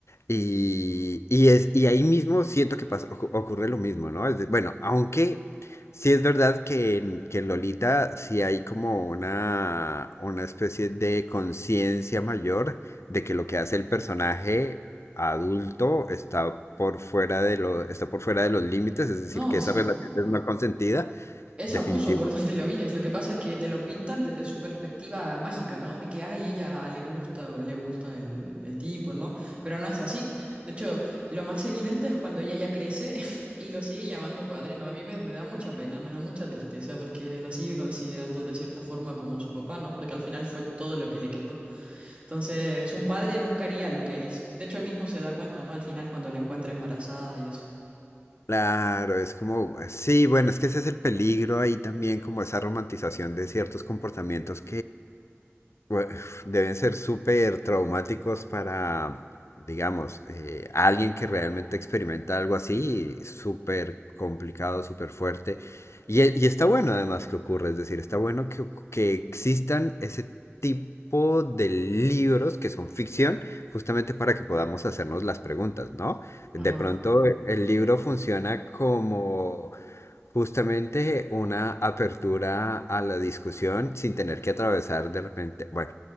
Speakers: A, on the left; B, on the right.
A: Y, y es, y ahí mismo siento que pasa- ocu- ocurre lo mismo, ¿no? Es de- bueno, aunque sí es verdad que en, que en Lolita sí hay como una, una especie de conciencia mayor de que lo que hace el personaje adulto está por fuera de lo, está por fuera de los límites,
B: No,
A: es decir, que esa
B: sí.
A: relación es no consentida,
B: Es
A: definitivo.
B: abuso por <laughs> donde lo mires. Lo que pasa es que te lo pintan desde su perspectiva mágica, ¿no? De que, ay, ella le gusta, o le gusta el, el tipo, ¿no? Pero no es así. De hecho, lo más evidente es cuando ella ya crece <laughs> y lo sigue llamando padre, ¿no? A mí me, me da mucha pena, me da mucha tristeza porque lo sigue considerando de cierta forma como su papá, ¿no? Porque al final fue todo lo que le quedó. Entonces, un padre nunca haría lo que él hizo. De hecho, él mismo se da cuenta, ¿no? Al final, cuando la encuentra embarazada y eso.
A: Claro, es como, sí, bueno, es que ese es el peligro ahí también, como esa romantización de ciertos comportamientos Bue- Deben ser súper traumáticos para, digamos, eh, alguien que realmente experimenta algo así, súper complicado, súper fuerte. Y, e- y está bueno además que ocurra, es decir, está bueno que, oc- que existan ese tipo de libros que son ficción, justamente para que podamos hacernos las preguntas, ¿no? De
B: Ajá.
A: pronto el libro funciona como Justamente una apertura a la discusión sin tener que atravesar de repente, bueno,